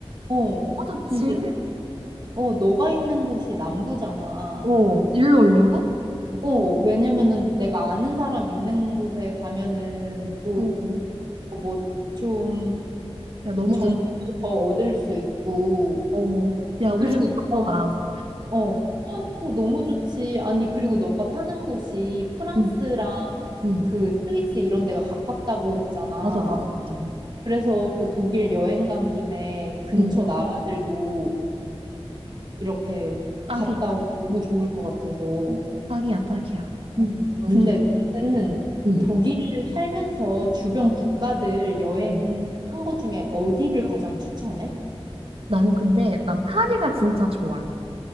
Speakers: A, on the right; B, on the right.
A: 어,
B: 좋지.
A: 근데, 어, 너가 있는 곳이 남부잖아.
B: 어, 일로 오려고?
A: 어, 왜냐면은 내가 아는 사람 있는 곳에 가면은 또
B: 어,
A: 뭐 좀
B: 야, 너무
A: 정보도
B: 좋지.
A: 더 얻을 수 있고,
B: 어, 야, 우리
A: 그리고
B: 집에
A: 너가
B: 바꿔 가.
A: 사- 어, 어, 너무 좋지. 아니, 그리고 너가 사는 곳이 프랑스랑
B: 응, 응.
A: 그 스위스 이런 데가 가깝다고 했잖아.
B: 맞아, 맞아, 맞아.
A: 그래서 그 독일 여행 간 김에 근처
B: 응,
A: 나라들도 이렇게
B: 딱이다.
A: 갔다 오면 너무 좋을 것 같아서.
B: 딱이야, 딱이야.
A: 음.
B: 너무
A: 근데
B: 좋지.
A: 너는
B: 응,
A: 독일 살면서 주변 국가들 여행한
B: 응.
A: 거 중에 어디를 가장 추천해?
B: 나는 근데, 난 파리가 진짜 좋아.